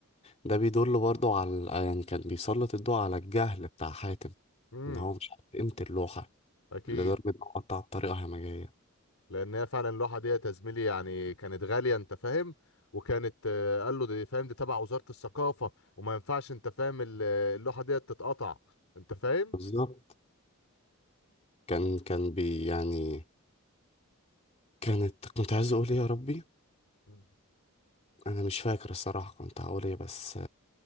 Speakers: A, on the left; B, on the left.
A: ده بيدل برضه على يعني كان بيسلط الضوء على الجهل بتاع حاتم
B: امم
A: إن هو مش عارف قيمة اللوحة
B: اكيد
A: لدرجة إنه قطع بطريقة همجية
B: لان هي فعلا اللوحه ديت يا زميلي يعني كانت غاليه انت فاهم وكانت آه، قال له دي فاهم دي تبع وزاره الثقافه وما ينفعش انت فاهم ال- آه، اللوحه ديت تتقطع انت فاهم
A: بالظبط كان كان بي يعني كانت كنت عايز أقول إيه يا ربي
B: مم.
A: أنا مش فاكر الصراحة كنت هقول إيه بس